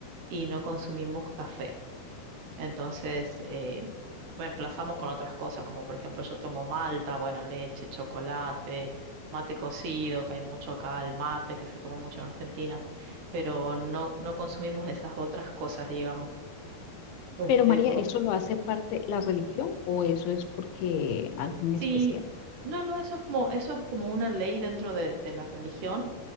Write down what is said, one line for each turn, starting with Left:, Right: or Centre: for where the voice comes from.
Right: y no consumimos café. Entonces, eh, reemplazamos con otras cosas, como por ejemplo yo tomo malta, bueno, leche, chocolate, mate cocido, que hay mucho acá, el mate que se toma mucho en Argentina, pero no, no consumimos esas otras cosas, digamos. Este,
Left: Pero María,
Right: por
Left: ¿eso lo hace parte la religión o eso es porque algún
Right: sí,
Left: especial?
Right: no, no, eso es como, eso es como una ley dentro de, de la religión,